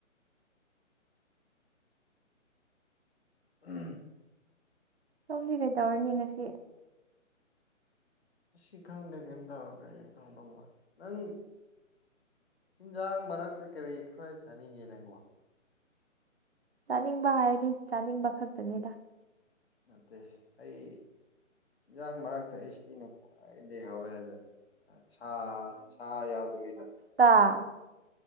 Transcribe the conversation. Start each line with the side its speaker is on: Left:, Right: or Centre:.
Left: ꯎꯝ
Right: ꯁꯣꯝꯁꯦ ꯀꯩ ꯇꯧꯔꯅꯤ ꯉꯁꯤ
Left: ꯁꯤꯈꯪꯗꯦ ꯀꯩꯝ ꯇꯧꯒ <inaudible> ꯅꯪ ꯏꯤꯟꯖꯥꯡ ꯃꯔꯛꯇ ꯀꯔꯤ ꯈ꯭ꯋꯥꯏ ꯆꯥꯅꯤꯡꯒꯦ ꯅꯪꯕꯣ꯫
Right: ꯆꯥꯅꯤꯡꯕ ꯍꯥꯏꯔꯗꯤ ꯆꯥꯅꯤꯡꯕ ꯈꯛꯇꯅꯤꯗ꯫
Left: ꯅꯠꯇꯦ ꯑꯩ ꯏꯟꯖꯥꯡ ꯃꯔꯛꯇ ꯑꯩ ꯁꯤꯅ ꯈ꯭ꯋꯥꯏꯗꯒꯤ ꯍꯥꯎꯋꯦ ꯍꯥꯏꯕ ꯁꯥ ꯁꯥ ꯌꯥꯎꯗꯕꯤꯗ꯫
Right: ꯇ